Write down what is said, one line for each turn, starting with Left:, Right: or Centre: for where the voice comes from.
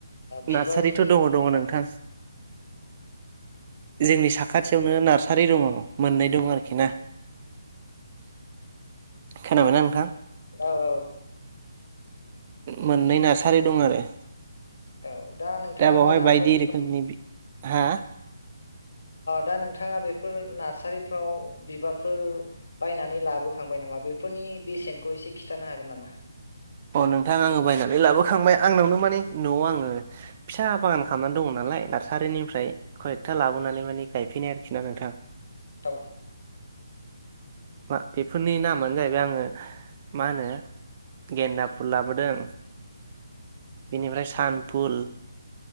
Left: बिबारनि
Right: नार्सारिथ' दङ दङ
Left: जेननाख।
Right: नोंथां जोंनि साखाथियावनो नार्स सारि दङ मोननै दङ आरोखि ना खोनाबायना नोंथां।
Left: औ औ।
Right: मोननै नार्सारि दं आरो।
Left: औ। नोंथाङा
Right: दा बावहाय
Left: बे नार्सारिफ्राव
Right: बायदि एरखोमनि बि हा
Left: दा नोंथाङा बेफोर नार्सारिफ्राव बिबारफोर बायनानै लाबोखांबाय नामा? बेफोरनि बेसेनखौ एसे खिन्थानो हागोन नामा?
Right: अ नोंथां आङो बायनानै लाबोखांबाय आंनावनो माने न'आव आङो फिसा बागान खालामनानै दङ नाम नालाय नार्सारिनिफ्राय खयकथा लाबोनानै माने गायफैनाय आरोखि ना नोंथां।
Left: औ।
Right: मा बेफोरनि नामानो जाहैबाय आङो मा होनो। गेनना‌ ‌फुल लाबोदों। बिनिफ्राय सान फुल